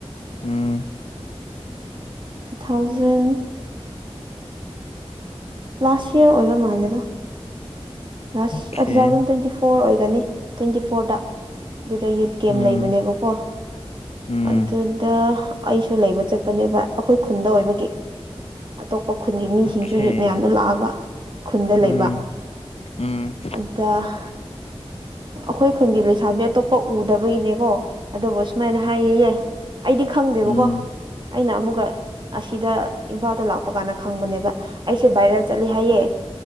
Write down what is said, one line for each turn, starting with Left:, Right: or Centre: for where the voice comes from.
Left: ꯎꯝ
Right: ꯇꯨ ꯊꯥꯎꯖꯟ ꯂꯥꯁ ꯏꯌꯥꯔ ꯑꯣꯏꯕ ꯃꯥꯜꯂꯦꯗ last
Left: okay
Right: two thousand twenty four ꯑꯣꯏꯒꯅꯤ ꯇ꯭ꯋꯦꯟꯇꯤ ꯐꯣꯔꯗ ꯑꯗꯨꯗ ꯌꯨꯠ ꯀꯦꯝ
Left: ꯎꯝ
Right: ꯂꯩꯕꯅꯦꯕꯀꯣ
Left: ꯎꯝ
Right: ꯑꯗꯨꯗ ꯑꯩꯁꯨ ꯂꯩꯕ ꯆꯠꯄꯅꯦꯕ ꯑꯩꯈꯣꯏ ꯈꯨꯟꯗ ꯑꯣꯏꯕꯒꯤ ꯑꯇꯣꯞꯄ ꯈꯨꯟ ꯈꯨꯟꯒꯤ ꯃꯤꯁꯤꯡꯁꯨ
Left: ꯑꯣꯀꯦ
Right: ꯌꯨꯠ ꯃꯌꯥꯝꯗꯣ ꯂꯥꯛꯑꯒ ꯈꯨꯟꯗ
Left: ꯎꯝ
Right: ꯂꯩꯕ
Left: ꯎꯝ
Right: ꯑꯗ ꯑꯩꯈꯣꯏ ꯈꯨꯟꯒꯤ ꯂꯩꯁꯥꯕꯤ ꯑꯇꯣꯞꯄ ꯎꯗꯕꯒꯤꯅꯦꯀꯣ ꯑꯗꯨꯕꯨ ꯁꯨꯃꯥꯏꯅ ꯍꯥꯏꯌꯦꯌꯦ ꯑꯩꯗꯤ ꯈꯪꯗꯦꯕꯀꯣ
Left: ꯎꯝ
Right: ꯑꯩꯅ ꯑꯃꯨꯛꯀ ꯑꯁꯤꯗ ꯏꯝꯐꯥꯜꯗ ꯂꯥꯛꯄ ꯀꯥꯟꯗ ꯈꯪꯕꯅꯦꯕ ꯑꯩꯁꯦ ꯚꯥꯏꯔꯦꯜ ꯆꯠꯂꯦ ꯍꯥꯏꯌꯦ